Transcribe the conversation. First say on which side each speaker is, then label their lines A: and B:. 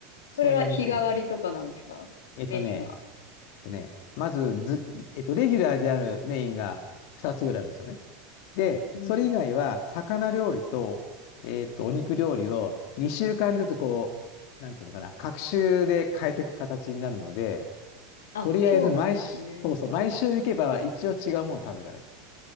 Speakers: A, on the left; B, on the left.
A: そういうお店が。
B: それは日替わりとかなんですかメインは。
A: えっとね、えっとね、まずず、えっと、レギュラーであるメインが2つぐらいあるんですよね。で、
B: うん。
A: それ以外は、魚料理と、えーっと、お肉料理を2週間ずつこう、なんていうのかな、隔週で変えていく形になるので、
B: あ、
A: とりあえず毎週、
B: そうなんですね。
A: そうそう、毎週行けば一応違うもの食べられるって。